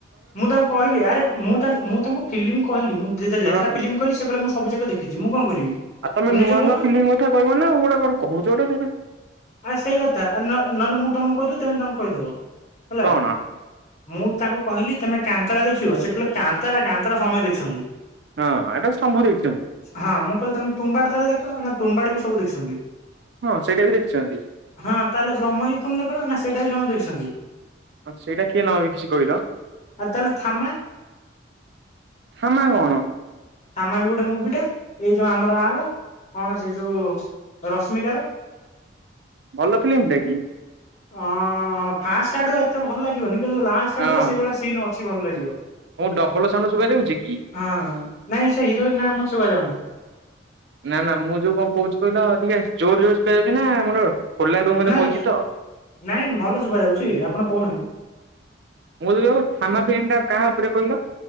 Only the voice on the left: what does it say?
ମୁଁ ତାଙ୍କୁ କହିଲି ଆରେ ମୁଁ ତାଙ୍କୁ ମୁଁ ତାଙ୍କୁ ଫିଲ୍ମ କିହିଲି ମୁଁ ଯେତେ
ଯେତେଟା ଫିଲ୍ମ କହିଲି ସେ କହିଲେ ମୁଁ ସବୁ ଯାକ ଦେଖି କିଛି ମୁଁ କଣ କରିବି।
ନିଜେ କହୁନ
ଆଉ ସେଇ କଥା ଆ ନ ନହେଲେ ମୁଁ ତମକୁ କହିଦେବ ତମେ ତାଙ୍କୁ କହିଦେବ ହେଲା।
ମୁଁ ତାଙ୍କୁ କହିଲି ତମେ କାନ୍ତରା ଦେଖିବ, ସେ କହିଲ କାନ୍ତରା- କାନ୍ତରା ସମସ୍ତେ ଦେଖିଛନ୍ତି।
ହଁ, ମୁଁ କହିଲି ତମେ ତୁମ୍ବାଡ ତାହଲେ ଦେଖ ନା ତୁମ୍ବାଡ ବି ସବୁ ଦେଖିଛନ୍ତି।
ହଁ, ତାହେଲେ ବ୍ରହ୍ମୟୁକୁମ ଦେଖ, ନା ସେଇଟା ବି ସମସ୍ତେ ଦେଖିଛନ୍ତି।
ଆତାହାଲେ ଥାମା।
ଥାମା ବି ଗୋଟେ ମୁଭି ଟା ଏଇ ଯୋଉ ଆମର ଆର କଣ ସେଇ ଯୋଉ ରଶ୍ମିକାର।
ଅଁ ଫାଷ୍ଟ ଆଡୁ ଏତେ ଭଲ ଲାଗିବନି କିନ୍ତୁ ଲାଷ୍ଟ
ଆଡୁ ସେଇଭଳିଆ ସିନ୍ ଅଛି ଭଲ ଲାଗିବ।
ହଁ ନାଇଁ ସେ ହିରୋଇନ ନାଁ ମତେ ସୁଭା ଯାଉନି।
ନାଇଁ
ନାଇଁ ଭଲ ଶୁଭା ଯାଉଛି ଆପଣ କହୁନାହାନ୍ତି।